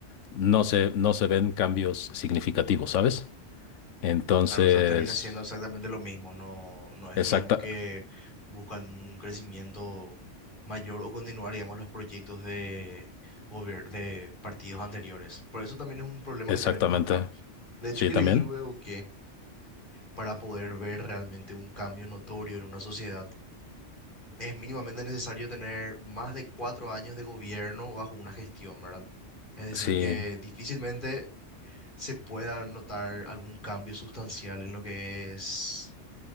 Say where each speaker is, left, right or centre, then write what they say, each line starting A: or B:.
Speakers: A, on the left; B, on the left.
A: no se, no se ven cambios significativos, ¿sabes? Entonces,
B: Claro, o sea, termina siendo exactamente lo mismo, no, no es,
A: exacta,
B: digamos, que buscan un crecimiento mayor o continuar, digamos, los proyectos de, gobier- de partidos anteriores. Por eso también es un problema
A: exactamente.
B: que tenemos acá. De
A: Sí,
B: hecho, que
A: también.
B: leí luego que para poder ver realmente un cambio notorio en una sociedad, es mínimamente necesario tener más de cuatro años de gobierno bajo una gestión, ¿verdad? Es decir,
A: Sí.
B: que difícilmente se pueda notar algún cambio sustancial en lo que es